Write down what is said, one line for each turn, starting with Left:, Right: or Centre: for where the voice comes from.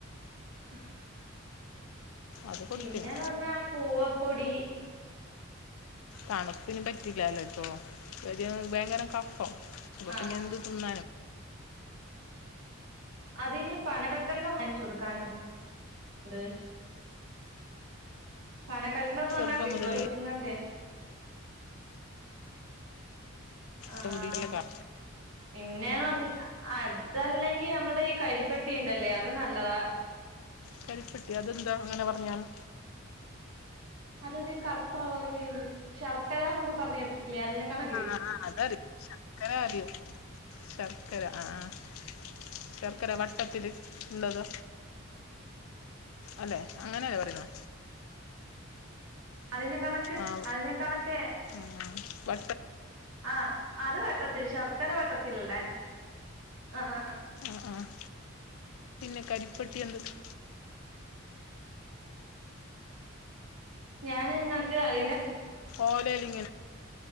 Right: ഉ
Left: അത് കൊടുത്തിന്
Right: പിന്നെന്ന് പറഞ്ഞാ കൂവപ്പൊടി
Left: തണുപ്പന് പറ്റിലാലോ ഇപ്പൊ ഒരു ഭയങ്കര കഫം അപ്പൊ
Right: ആഹ്
Left: പിന്നെ എന്ത് തിന്നാനും
Right: അത് ന് പനകൾക്കണ്ടം വാങ്ങിച്ച് കൊടുക്കാന് ണ്ട് പന കൽക്കണ്ടംന്ന് പറഞ്ഞാ
Left: ചെറുപ്പം
Right: കിട്ടും
Left: മുതലേ
Right: കൊച്ചിങ്ങക്കെ ആഹ്
Left: കൂടിയുള്ള കാ
Right: പിന്നെ അതല്ലെങ്കി നമ്മടെ ഈ കരിപ്പെട്ടിണ്ടല്ലേ അത് നല്ലതാ.
Left: കരിപ്പെട്ടി അതെന്താ അങ്ങനെ പറഞ്ഞാല്?
Right: അതൊരു കറുത്തളറില് ശർക്കരാന്നൊക്കെ പറഞ്ഞ കേട്ടിട്ടില്ലേ അതിനെ കണക്കിരിക്കും
Left: ആഹ് അഹ് അതറിയും ശർക്കര അറിയും ശർക്കര അഹ് ആഹ് ശർക്കര വട്ടത്തില് ഇള്ളത് അല്ലെ അങ്ങനെയല്ലേ പറയുന്നേ?
Right: അതിന്നെ കണക്ക്
Left: ആഹ്
Right: അതിനേ കണക്കേ
Left: ആഹ് വട്ട
Right: ആഹ് അത് വട്ടത്തിൽ ശർക്കര വട്ടത്തിലിള്ളേ അഹ് ആഹ്
Left: ആഹ് ആഹ് പിന്നെ കരിപ്പെട്ടി എന്ത് സാ
Right: ഞാനിങ്ങക്ക് അതിന്റെ
Left: ഓലേലിങ്ങനെ